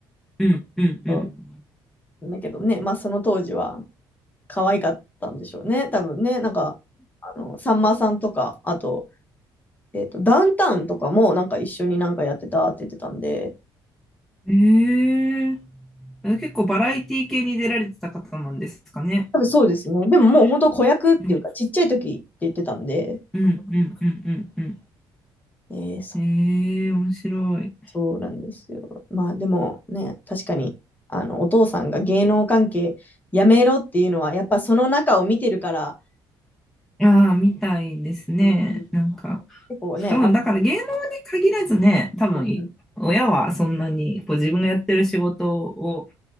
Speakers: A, in the centre; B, on the left.
A: うんうん
B: <laughs> そうだけどね、まあその当時は可愛かったんでしょうね。多分ね、なんか、あの、さんまさんとか、あと、えっと、ダウンタウンとかもなんか一緒になんかやってたって言ってたんで、
A: うん。へえ。あ結構バラエティ系に出られてた方なんですかね。
B: 多分そうですね。でももう本当子役っていうかちっちゃい時って言ってたんで、
A: うんうんうんうんうんう
B: えー、そ
A: ん。へえ、面白い。
B: そうなんですよ。まあでもね、確かに、あの、お父さんが芸能関係やめろっていうのは、やっぱその中を見てるから、
A: ああ、みたいですね。
B: うんう
A: なんか。
B: 結構ね、
A: 多分、
B: あ、
A: だから芸能に限らずね、多分、
B: うんうん、
A: 親はそんなに、こう自分がやってる仕事を、